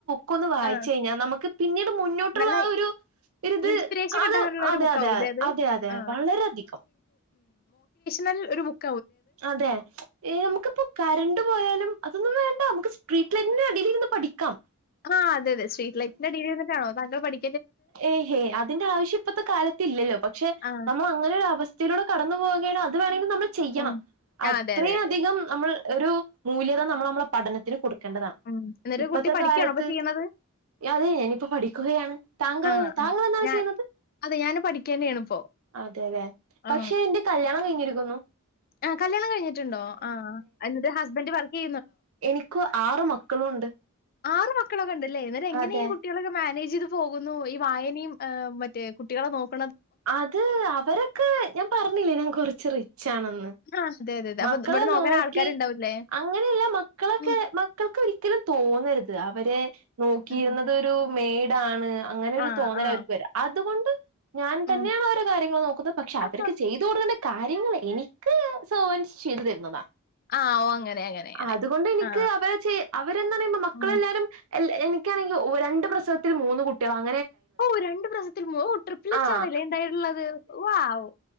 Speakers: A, on the right (about 65°); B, on the left (about 45°).
A: ക്കെന്ന് വായിച്ചു
B: ആ.
A: കഴിഞ്ഞാൽ നമ്മുക് പിന്നീടുള്ള മുന്നോട്ടുള്ള
B: നല്ല
A: ആ ഒരു ഒരിത്
B: ഇൻസ്പിറേഷൻ
A: അത്
B: കിട്ടാനുള്ള ഒരു ബുക്ക്
A: അതെ
B: ആവൂലേ അത്
A: അതെ അതെ
B: ആ,
A: വളരെയധികം
B: നല്ല ഒരു ബുക്ക്
A: അതെ ഏ നമ്മുക്കിപ്പം കറണ്ട് പോയാലും അതൊന്നു വേണ്ട നമ്മുടെ സിട്രിന്റെ അടിലിരുന്ന് പഠിക്കാം.
B: ആ അതെ അതെ സ്ടിറ്റ് ലൈറ്റിന്റെ അടിയിലിരുന്നിട്ടാണോ താങ്കള് പഠി
A: ഏ ഹേ അതിന്റാവശ്യം ഇപ്പളത്തെ കാലത്തില്ലലോ? പക്ഷേ
B: ആ
A: നമ്മള് അങ്ങനൊരവസ്ഥ ലൂടെ കടന്നുപോവങ്കിപിന്നെ അ നമ്മള് ചെയ്യണം.
B: ഉം. ആ
A: അത്രയും
B: അതെ അതെ അതെ.
A: അധികം നമ്മൾ ഒരു മുല്യത നമ്മുൾ നമ്മുടെ പഠനത്തിന് കൊടു
B: ഉം. എന്നിട്ട്
A: ഇപ്പഴത്തെ
B: കുട്ടി പഠിക്കാണോ
A: കാലത്ത്
B: ഇപ്പൊ ചെയ്യണത്?
A: അതെ ഞാനിപ്പം പഠിക്കുകയാണ്. താങ്കളു
B: ആ
A: താങ്കൾ
B: ആ.
A: എന്താണ്
B: ഞാൻ
A: ചെയ്യുന്നത്?
B: അതെ ഞാന് പഠിക്കന്നെയാണിപ്പോ.
A: അതെല്ലേ
B: ആ.
A: പക്ഷേ എന്റെ കല്യ ണം കഴിഞ്ഞിരിക്കുണു.
B: ആ കല്യാണം കഴിഞ്ഞിട്ടുണ്ടോ ആഹ് എന്നിട്ട് ഹസ്ബൻഡ് വർക്കെ
A: എനിക്കു ആറ് മക്കളുണ്ട്
B: ആറ് മക്കളൊക്കെ ഉണ്ടോ അല്ല ഇവരെങ്ങനെ
A: അതെ
B: ഈ കുട്ടികളൊക്കെ മാനേജ് പോകുന്നു ഈ വായനയും മറ്റ് കുട്ടികളെ നോക്കലും
A: അത് അവരൊക്കെ ഞാൻ പറഞ്ഞില്ലേ ഞാൻ കുറച്ച് ചെറി റിച്ചാണെന്ന്
B: ആ അതെ അതെ അതെ.
A: മക്കളെ
B: അപ്പൊ ഇവിടെ നോക്കാൻ
A: നോക്കി
B: ആൾക്കാരുണ്ടാവൂല്ലേ?
A: അങ്ങനെയല്ല മക്കളൊക്കെ
B: ഉം
A: മക്കൾക്ക് ഒരി ഒരിക്കലും തോന്നരുത് അവരെ നോക്കിയിരുന്നത്
B: ഉം.
A: ഒരു മേ ടാണ് അങ്ങനെ
B: ആ
A: ഒരു തോന്നൽ
B: ആ.
A: അവർക്ക് വരാ അതുകൊണ്ട് ഞാൻ
B: ഉം.
A: തന്നെയാണ് ഓരെ കാര്യങ്ങൾ നോക്കുന്നത് പക്ഷെ
B: ആ.
A: അവർക്ക് ചെയ്ത് കൊടുക്കേണ്ട കാര്യ നിങ്ങള് എനിക്ക് സെർവൻസ് ചെയ്തു തരുന്നതാ
B: ആ ഓ അങ്ങനെ അങ്ങനെ അങ്ങനെ.
A: അതുകൊണ്ട് എനിക്ക്
B: ആ.
A: അവരെ ചെ അവരന്ന് പറയുമ്പോ മക്കളെല്ലാരും
B: ഉം.
A: എനിക്കാണെങ്കിൽ രണ്ട് പ്രസവത്തിൽ മൂന്ന് കുട്ടികളാണ്
B: ഓ രണ്ട് പ്രസവത്തിൽ പോ ട്രിപ്പിലെറ്റ്
A: ആഹ്
B: ആന്നെല്ലേ ഇണ്ടായിട്ടുള്ളത് വാവൗ